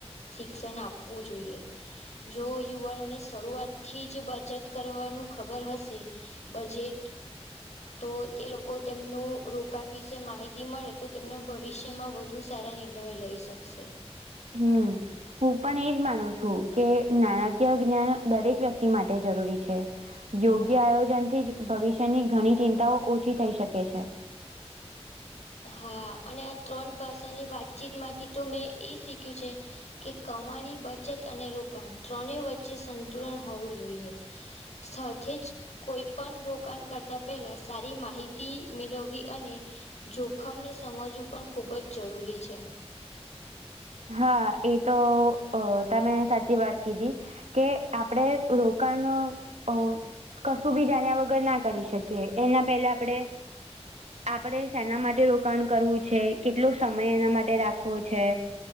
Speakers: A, on the left (about 85°); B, on the right (about 85°).
A: શિક્ષણ આપવું જોઈએ. જો યુવાનોને શરૂઆત થી જ બચત કરવાનું ખબર હશે. બજેટ તો તે લોકો તેમનું રોકાણ વિશે માહિતી મળે તો તેમના ભવિષ્યમાં વધ બધું સારા ને ઇનોવે લઈ શકશે.
B: હમ. હું પણ એજ માનું છું કે નાણાકીય જ્ઞાન દરેક વ્યક્તિ માટે જરૂરી છે. યોગ્ય આયોજન થી જ ભવિષ્યની ઘણી ચિંતાઓ ઓછી થઈ શકે છે.
A: હા અને આ ત્રણ ભાષાની વાતચીતમાંથી તો મેં એ શીખ્યું છે કે કમાણી બચત અને રોકાણ ત્રણે વચ્ચે સંતુલન હોવું જોઈએ સાથે જ. કોઈ પણ રોકાણ કરતા પહેલા સારી માહિતી મેળવવી અને. જોખમને સમજવું પણ ખૂબ જ જરૂરી છે.
B: હા એ તો તમે સાચી વાત કીધી. કે આપડે રોકાણ અ. કશું બી જાણ્યા વગર ના કરી શકીએ એના પહેલા આપણે.
A: <inaudible>
B: આપણે શેના માટે રોકાણ કરવું છે કેટલો સમય એના માટે રાખવો છે.